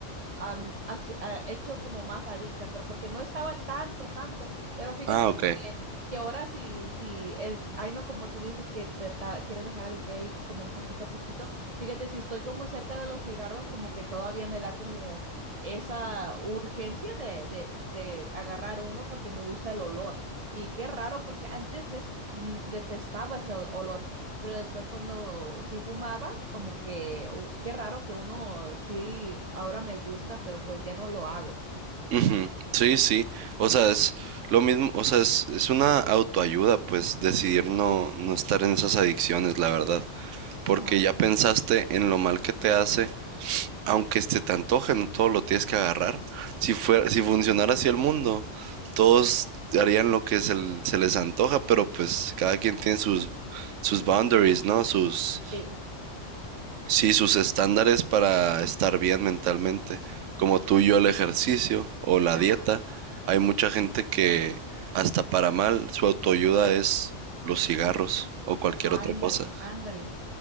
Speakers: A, on the right; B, on the right.
A: am, así- ah, hecho como más adicta, pero porque no estaba tanto, tanto. Pero fíjate
B: Ah, ok.
A: que, que ahora sí, sí es, ay no, como tú dices que te ta- quieres dejar el vape como un poquito a poquito. Fíjate, si estoy como cerca de los cigarros, como que todavía me da como esa urgencia de, de, de agarrar uno porque me gusta el olor. Y qué raro, porque antes des- mm, detestaba ese o- olor pero después cuando sí fumaba, como que, "Uy, qué raro que uno sí, ahora me gusta, pero pues ya no lo hago.
B: Ujú, Sí, sí. O sea, es lo mismo, o sea, es, es una autoayuda, pues decidir no, no estar en esas adicciones, la verdad. Porque
A: Ajá.
B: ya pensaste en lo mal que te hace aunque se te antoje no todo lo tienes que agarrar. Si, fuera, si funcionara así el mundo, todos harían lo que se, l- se les antoja, pero pues cada quien tiene sus, sus boundaries, ¿no? Sus,
A: Sí.
B: sí, sus estándares para estar bien mentalmente. Como tú y yo el ejercicio o la
A: Ajá,
B: dieta, hay mucha gente que hasta para mal su autoayuda es los cigarros o cualquier
A: ándale,
B: otra cosa.
A: ándale.